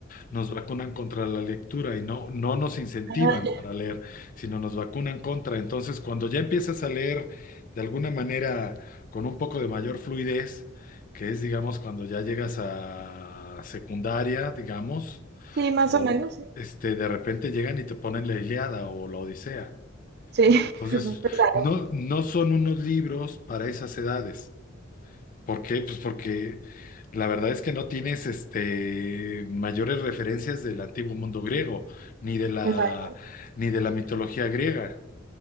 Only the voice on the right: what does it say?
Ah,
sí, más
o menos. Sí,
Sí,
<laughs> pesado,
pesado.